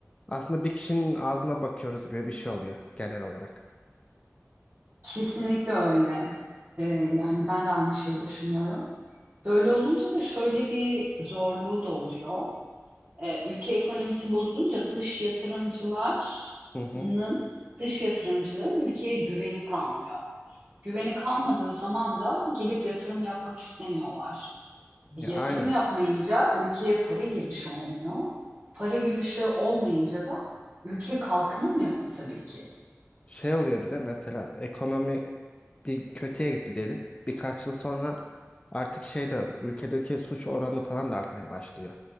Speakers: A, on the left (about 25°); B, on the right (about 40°).
A: Aslında bir kişinin ağzına bakıyoruz gibi bir şey oluyor genel olarak.
B: Kesinlikle öyle. E, yani ben de aynı şeyi düşünüyorum. Böyle olunca da şöyle bir zorluğu da oluyor. E, ülke ekonomisi bozulunca dış yatırımcıların
A: Hı hı.
B: dış yatırımcıların ülkeye güveni kalmıyor. Güveni kalmadığı zaman da gelip yatırım yapmak istemiyorlar. E,
A: Ya
B: yatırım
A: aynı
B: yapmayınca ülkeye para girişi olmuyor. Para girişi olmayınca da ülke kalkınamıyor tabii ki.
A: şey oluyor bir de mesela ekonomi bir kötüye gitti diyelim. Birkaç yıl sonra artık şey de ülkedeki suç oranı falan da artmaya başlıyor.